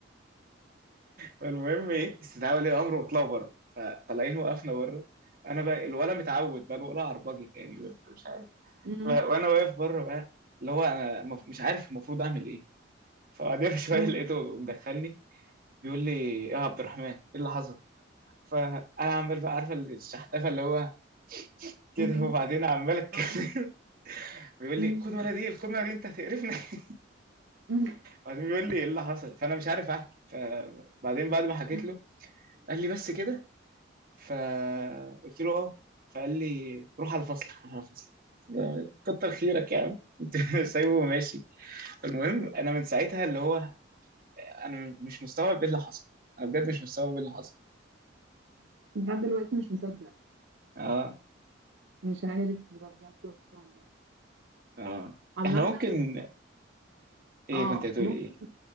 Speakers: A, on the right; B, on the right.
A: فالمهم ايه استدعاء ولي امر وطلعوا بره فطالعين وقفنا بره انا بقى الولا متعود بقى الولا عربجي يعني مش عارف
B: أمم.
A: ف- وانا واقف بره بقى اللي هو انا مف- مش عارف المفروض اعمل ايه فبعدين <laughs> بشويه
B: أمم.
A: لقيته مدخلني بيقول لي ايه يا عبد الرحمن ايه اللي حصل؟ فانا عمال بقى عارفه الشحتفه اللي هو كده
B: أمم.
A: وبعدين عمال اتكلم
B: اه
A: <laughs> بيقول لي
B: أمم،
A: خد مناديل خد مناديل انت هتقرفني <laughs>
B: أمم،
A: بعدين بيقول لي ايه اللي حصل فانا مش عارف احكي فبعدين بعد ما حكيت
B: أمم.
A: له قال لي بس كده فقلت له اه فقال لي روح على فصلك روح على فصلك كتر خيرك يا عم <laughs> انت سايبه وماشي المهم انا من ساعتها اللي هو انا مش مستوعب ايه اللي حصل انا بجد مش مستوعب ايه اللي حصل
B: لحد دلوقتي مش مصدق
A: اه
B: مش عارف ده بجد ولا
A: اه
B: عامة
A: احنا ممكن ايه
B: اه
A: كنت هتقول
B: ممكن
A: ايه